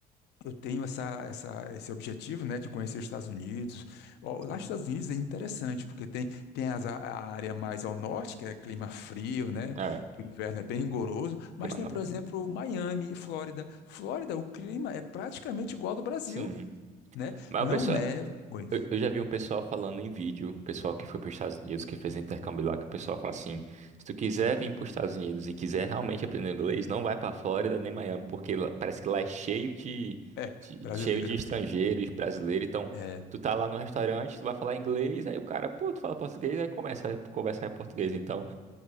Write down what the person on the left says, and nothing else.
eu tenho essa, essa, esse objetivo, né, de conhecer os Estados Unidos. Ó, Lá
nos Estados Unidos é interessante, porque tem, tem as a a área mais ao norte, que é clima frio, né?
que O inverno é bem rigoroso, mas
tem,
por exemplo, Miami, Flórida. Flórida, o clima é praticamente igual ao do Brasil,
né?
Não
neva. Oi.
É,
brasileiro.
É,